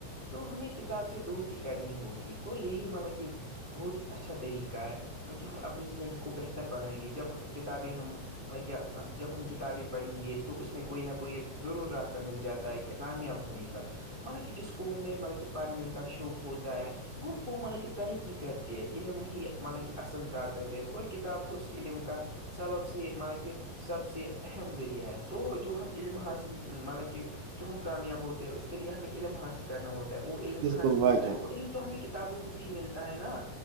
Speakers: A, on the left; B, on the right.
A: تو ہمیں کتاب سے دوستی کرنی ہوگی تو یہی مطلب کہ بہت ہی اچھا طریقہ ہے بلکہ ہم اپنی زندگی کو بہتر بنائیں گے جب ہم کتابیں ہم مطلب کیا جب ہم کتابیں پڑھیں گے تو اس میں کوئی نہ کوئی ضرور راستہ مل جاتا ہے کہ کامیاب ہونے کا مطلب کہ جس کو میں مطلب کہ پڑھنے کا شوق ہوتا ہے وہ کو مطلب کہ ترقی کرتی ہے علم ہی مطلب کہ اصل طاقت ہے اور کتاب اس علم کا سبب سے مطلب کہ سب سے اہم ذریعہت تو جو ہم علم حاصل مطلب کہ جو ہم کامیاب ہوتے ہیں اس کے لیے ہمیں علم حاصل کرنا ہوتا ہے وہ علم
B: بالکل
A: کہاں سے ملتا
B: بھائی جان
A: ہے وہ علم تو ہمیں کتابوں سے ہی ملتا ہے نا